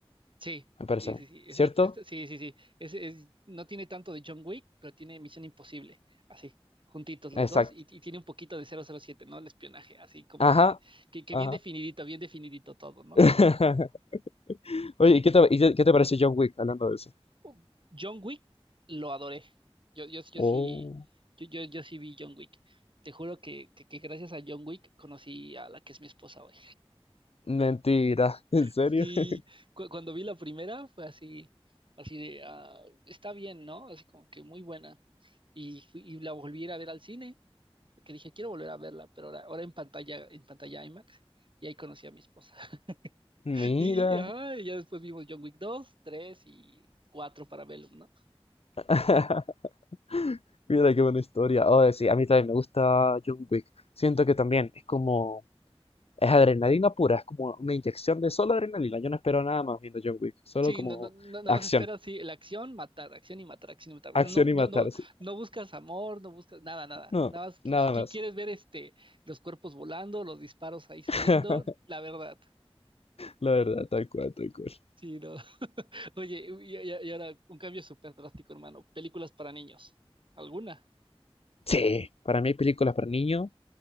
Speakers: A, on the right; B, on the left.
A: Sí,
B: me parece
A: sí,
B: a mí.
A: sí, sí, es-
B: ¿Cierto?
A: es- es- sí, sí, sí. Es, es- no tiene tanto de John Wick, pero tiene Misión Imposible, así, juntitos
B: Exacto.
A: los dos, y, y tiene un poquito de cero cero siete ¿no? El espionaje, así como
B: Ajá,
A: que, que, que
B: ajá.
A: bien definidito, bien definidito todo, ¿no?
B: <laughs> Oye, ¿y qué te, y qué- qué te parece John Wick hablando de eso?
A: Uh, John Wick lo adoré. Yo, yo, yo
B: Oh,
A: sí, yo, yo, yo sí vi John Wick. Te juro que, que, que gracias a John Wick conocí a la que es mi esposa hoy.
B: mentira, ¿en serio?
A: Sí,
B: <laughs>
A: cu- cuando vi la primera fue así, así de, ah, está bien, ¿no? Así como que muy buena. Y, fui- y la volví a ir a ver al cine, porque dije, quiero volver a verla, pero ahora, ahora en pantalla, en pantalla IMAX, y ahí conocí a mi esposa. <laughs>
B: Mira,
A: Y, y, ajá, y ya después vimos John Wick 2, 3 y 4 para Vellum, ¿no?
B: <laughs> mira qué buena historia. Oh, sí, a mí también me gusta John Wick. Siento que también es como Es adrenalina pura, es como una inyección de solo adrenalina. Yo no espero nada más viendo John Wick, solo
A: Sí,
B: como
A: no, no, no, nada
B: acción,
A: más esperas, sí, la acción, matar, acción y matar, acción y matar.
B: acción
A: No,
B: y
A: no,
B: matarse.
A: no, no buscas amor, no buscas nada, nada.
B: No,
A: Nada más qui-
B: nada
A: qui-
B: más.
A: quieres ver este, los cuerpos volando, los disparos ahí saliendo,
B: <laughs>
A: la verdad.
B: La verdad, tal cual, tal cual.
A: Sí, no. <laughs> Oye, y, y- y ahora un cambio súper drástico, hermano. Películas para niños. ¿Alguna?
B: Sí, para mí hay películas para niños